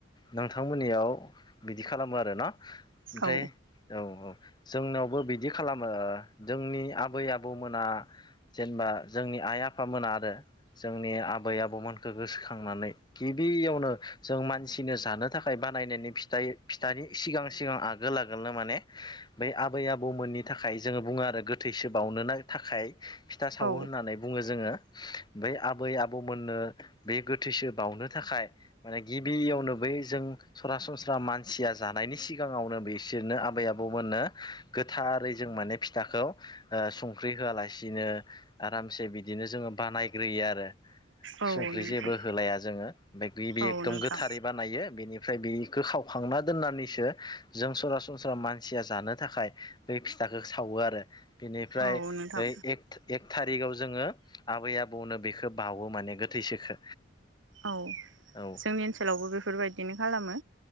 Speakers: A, on the left; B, on the right.
A: नोंथांमोननियाव बिदि खालामो आरो ना ओमफ्राय
B: औ
A: औ औ जोंनियावबो बिदि खालामो, जोंनि आबै-आबौमोना जेनेबा जोंनि आइ-आफामोना आरो जोंनि आबै-आबौमोनखौ गोसोखांनानै गिबियावनो जों मान सिनो जानो थाखाय बानायनायनि फिथाइ फिथानि सिगां सिगां आगो आगोलनो माने बै आबै आबौमोननि थाखाय जोङो बुङो आरो गोथैसो बावनो थाखाय फिथा सावो
B: औ औ
A: होननानै बुङो जोङो। बै आबै आबौमोननो बे गोथैसो बावनो थाखाय माने गिबियावनो बै जों सरासनस्रा मानसिया जानायनि सिगाङावनो बिसोरनो आबै-आबौमोननो गोथारै जों माने फिथाखौ ओ संख्रि होआलासिनो आरामसे बिदिनो जोङो बानायग्रोयो आरो
B: औ नोंथां
A: संख्रि जेबो होलाया जोङो। ओमफ्राय गिबि
B: औ
A: एकदम
B: नोंथां
A: गोथारै बानायो बेनि ओमफ्राय बेखौ सावखांना दोननानैसो जों सरासनस्रा मानसिया जानो थाखाय बे फिथाखौ सावो आरो। बिनिफ्राय
B: औ नोंथां
A: एक एक एथानि। बिगाव जोङो। आबै आबौनो बेखौ बावो माने गोथैसोखो।
B: औ
A: औ
B: जोंनि ओनसोलावबो बेफोरबायदिनो खालामो।